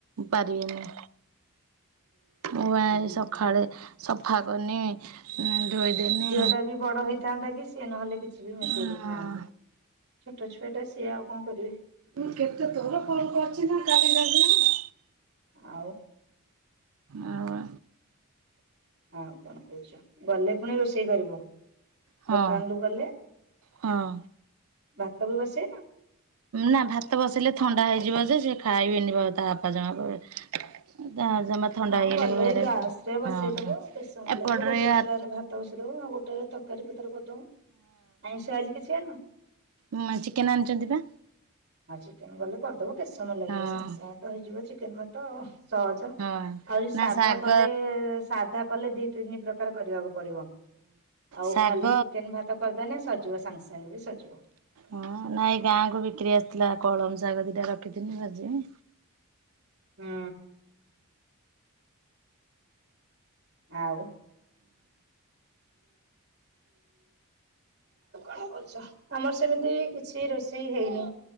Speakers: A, on the right; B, on the right.
A: ପରାରିବେନି। ମୁଁ ପା ଆଜି
B: ହୁଁ।
A: ସକାଳେ ସଫା କନି ଧୋଇଦେନି।
B: ଟ ବି ବଡ ହେଇଥାନ୍ତା କି ସିଏ ନହେଲେ କିଛି ବି ମିଶେଇ
A: ହଁ
B: ଦେଇଥାନ୍ତେ ଛୋଟ ଛୁଆ ଟା ସେ ସେ ଆଉ କଣ କରିବେ।
A: ମୁଁ କେତେ ତୋର ଫୋନ କରଚି ନା <unintelligible>
B: ଆଉ
A: ଆଉ ବା
B: ଆଉ କଣ କହଚୁ ଗଲେ ପୁଣି ରୋଷେଇ କରିବ?
A: ହଁ
B: ଦୋକାନରୁୁ ଗଲେ
A: ହଁ
B: ଭାତ ବି ବସେଇନ?
A: ନା ଭାତ ବସେଇଲେ ଥଣ୍ଡା ହେଇଯିବ ଯେ ସେ ଖାଇବିନି ବ ତା ବାପା ଜମା ବି ଯାହା ଜମା ଥଣ୍ଡା
B: ହଁ
A: ହେଇଗଲେ
B: ଗଲେ
A: କହିବେ
B: ଗ୍ୟାସ ରେ ବସେଇଦବ
A: ହଁ
B: କେତେ ସମୟ
A: ଏପଟରେ
B: ଲାଗବ ଗୋଟେ
A: ହଁ
B: ଚୁଲାରେ ଭାତ ଭାତ ବସେଇଦବ ଆଉ ଗୋଟେରେ ତରକାରୀ ପତର କରିଦବ ଆଇଁଷ ଆଜି କିଛି ଆଣିନ?
A: ଉମ ଚିକେନ୍ ଆଣିଚନ୍ତି ପା।
B: ଆଉ ଚିକେନ ଗଲେ କରିଦବ କେତେ ସମୟ ଲାଗିବ
A: ହଁ
B: ସାଙ୍ଗେ ସାଙ୍ଗେ ତ ହେଇଯିବ ଚିକେନ ଭାତ ଆଉ। ସହଜ
A: ହଁ
B: ଆହୁରି ସାଧା
A: ନା ଶାଗ
B: କଲେ ସାଧା କଲେ ଦି ତିନି ପ୍ରକାର କରିବାକୁ ପଡିବ। ଆଉ
A: ଶାଗ
B: ଖାଲି ଚିକେନ ଭାତ କରିଦେଲେ ସରଜିବ ସାଙ୍ଗେ ସାଙ୍ଗେ ବି ସରଜିବ।
A: ହଁ ନାଇଁ ଗାଁ କୁ ବିକ୍ରି ଆସିଥିଲା କଳମ ଶାଗ ଦିଟା ରଖିଥିନି ଭଜିିବି।
B: ହୁଁ। ଆଉ ଆମର ସେମିତି କିଛି ରୋଷେଇ ହେଇନି।